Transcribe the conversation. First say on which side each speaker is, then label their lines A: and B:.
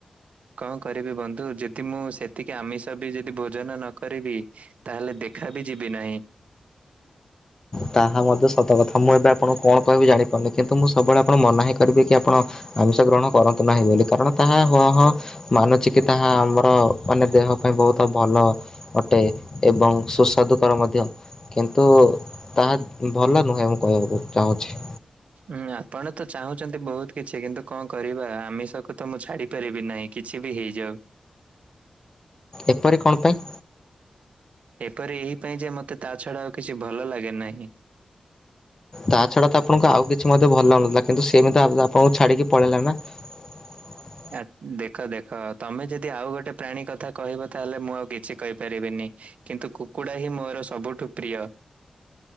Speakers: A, on the right; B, on the left.
A: କଣ କରିବି ବନ୍ଧୁ ଯଦି ମୁଁ ସେତିକି ଆମିଷ ବି ଯଦି ଭୋଜନ ନ କରିବି। ତାହେଲେ ଦେଖା ବି ଯିବି ନାହିଁ।
B: ତାହା ମଧ୍ୟ ସତ କଥା ମୁଁ ଏବେ ଆପଣଙ୍କୁ କଣ କହିବି ଜାଣିପାରୁନି କିନ୍ତୁ ମୁଁ ସବୁବେଳେ ଆପଣ ମନା ହିଁ କରିବେ କି ଆପଣ ଆମିଶ ଗ୍ରହଣ କରନ୍ତୁ ନାହିଁ ବୋଲି କାରଣ ତାହା ହ ହଁ। ମାନୁଛି କି ତାହା ଆମର ମାନେ ଦେହ ପାଇଁ ବହୁତ ଭଲ ଅଟେ ଏବଂ ସୁସ୍ୱାଦୁକର ମଧ୍ୟ କିନ୍ତୁ ତାହା ଭଲ ନୁହେଁ ମୁଁ କହିବାକୁ ଚାହୁଁଛି।
A: ହୁଁ ଆପଣ ତ ଚାହୁଁଛନ୍ତି ବହୁତ କିଛି କିନ୍ତୁ କଣ କରିବା ଆମିଷକୁ ତ ମୁଁ ଛାଡି ପାରିବି ନାହିଁ। କିଛି ବି ହେଇଯାଉ।
B: ଏପରି କଣ ପାଇଁ?
A: ଏପରି ଏଇଥିପାଈ ଯେ ମୋତେ ତା ଛଡା ଆଉ କିଛି ଭଲ ଲାଗେ ନାହିଁ।
B: ତା ଛଡା ତ ଆପଣଙ୍କୁ ଆଉ କିଛି ମଧ୍ୟ ଭଲ ନାଗୁନଥିଲା କିନ୍ତୁ ସେମିତି ଆପଣ-ଆପଣଙ୍କୁ ଛାଡିକି ପଳେଇଲା ନାଁ? <unintelligible>
A: ଆ ଦେଖ ଦେଖ ତମେ ଯଦି ଆଉ ଗୋଟେ ପ୍ରାଣୀ କଥା କହିବ ତାହେଲେ ମୁଁ ଆଉ କିଛି କହିପାରିବିନି।। କିନ୍ତୁ କୁକୁଡ଼ା ହିଁ ମୋର ସବୁଠୁ ପ୍ରିୟ।